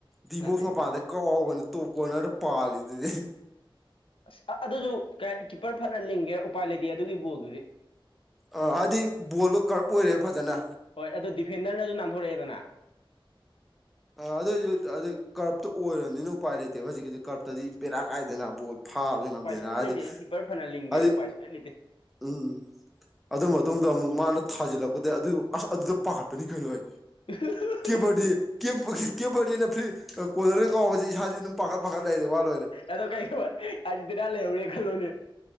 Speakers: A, in the centre; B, on the left (about 75°).
A: ꯗꯤꯕꯧꯁ
B: ꯅꯠꯇꯦ
A: ꯃꯄꯥꯟꯗ
B: ꯅꯠꯇꯦ
A: ꯀꯥꯎꯕꯅꯤ ꯇꯣꯛꯀꯣꯅꯔ ꯄꯥꯜꯂꯤ ꯑꯗꯨꯗꯤ
B: ꯑꯁ ꯑꯗꯨꯁꯨ ꯀ ꯀꯤꯞꯄꯔ ꯐꯅ ꯂꯤꯡꯒꯦ ꯎꯄꯥꯏ ꯂꯩꯇꯦ ꯑꯗꯨꯒꯤ ꯕꯣꯜꯗꯨꯗꯤ
A: ꯑ ꯍꯥꯏꯗꯤ ꯕꯣꯜꯗꯣ ꯀꯔꯞ ꯑꯣꯏꯔꯦ ꯐꯖꯅ
B: ꯍꯣꯏ ꯑꯗꯨꯣ ꯗꯤꯐꯦꯟꯗꯔꯁꯨ ꯅꯥꯟꯊꯣꯔꯛꯑꯦꯗꯅ
A: ꯑ ꯑꯗꯨꯑꯣꯏꯁꯨ ꯑꯗꯨ ꯀꯔꯞꯇ ꯑꯣꯏꯔꯕꯅꯤꯅ ꯎꯄꯥꯏ ꯂꯩꯇꯦꯕ ꯍꯧꯖꯤꯛꯀꯤꯗꯤ ꯀꯔꯞꯇꯗꯤ ꯄꯦꯔꯥ ꯀꯥꯏꯗꯅꯕꯣ ꯐꯥꯕꯗꯤ ꯉꯝꯗꯦꯅ
B: ꯎꯄꯥꯏ ꯁꯨꯛꯂꯩ
A: ꯍꯥꯏꯗꯤ
B: ꯂꯩꯇꯦ ꯑꯗꯨ ꯀꯤꯞꯄꯔ ꯐꯅ ꯂꯤꯡꯒꯦꯔꯥ
A: ꯑꯗꯨꯗꯤ
B: ꯎꯄꯥꯏ ꯁꯨꯛꯂꯩ ꯂꯩꯇꯦ
A: ꯎꯝ ꯑꯗꯨ ꯃꯇꯨꯡꯗ ꯑꯃꯨꯛ ꯃꯥꯅ ꯊꯥꯖꯤꯜꯂꯛꯄꯗ ꯑꯗꯨ ꯑꯁ ꯑꯗꯨꯗ ꯄꯥꯈꯠꯄꯅꯤ ꯀꯩꯅꯣ ꯑꯣꯏ
B: ꯎ
A: ꯀꯦꯄꯔꯗꯤ
B: <inaudible>
A: ꯀꯦꯄꯔꯗꯤ ꯑꯩꯅ ꯐ꯭ꯔꯤ ꯀꯣꯂꯔꯒ ꯀꯥꯎꯕꯁꯦ ꯏꯁꯥꯥꯁ ꯑꯗꯨꯝ ꯄꯥꯈꯠ ꯄꯥꯈꯠ ꯂꯩꯔꯦ ꯋꯥꯠ ꯂꯣꯏꯔꯦ
B: ꯑꯗꯣ ꯀꯩꯗꯧꯕ ꯑꯖꯤꯛꯇꯅꯥ ꯂꯩꯍꯧꯔꯦ ꯈꯜꯂꯣꯅꯦ